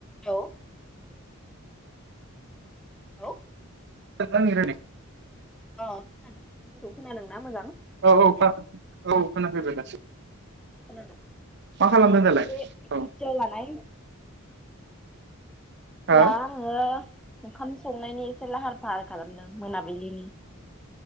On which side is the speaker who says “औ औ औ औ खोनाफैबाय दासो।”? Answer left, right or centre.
Right